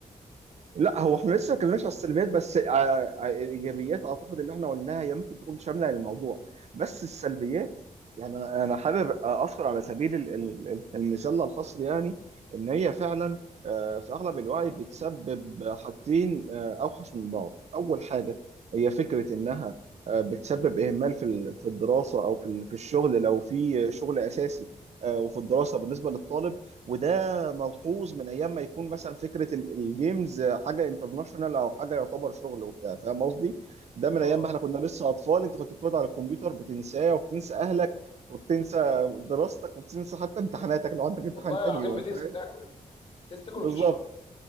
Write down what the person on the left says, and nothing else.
اه
بالظبط
والله
العظيم
بتنسى
تاكل تنسى تاكل
وتشرب